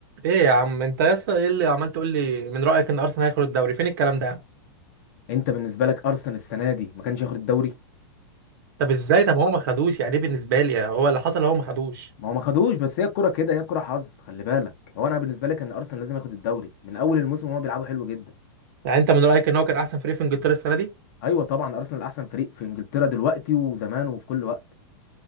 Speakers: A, on the right; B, on the left.
A: ايه يا عم انت يا اسطى ايه اللي عمال تقول لي من رايك ان ارسنال هياخد الدوري فين الكلام ده يا عم؟
B: انت بالنسبه لك ارسنال السنه دي ما كانش ياخد الدوري
A: طب ازاي طب هو ما خدوش يعني ايه بالنسبه لي هو اللي حصل هو ما خدوش
B: ما هو ما خدوش بس هي الكره كده هي الكره حظ خلي بالك هو انا بالنسبه لي كان ارسنال لازم ياخد الدوري من اول الموسم وهو بيلعبوا حلو جدا
A: يعني انت من رايك ان هو كان احسن فريق في انجلترا السنه دي
B: ايوه طبعا ارسنال احسن فريق في انجلترا دلوقتي وزمان وفي كل وقت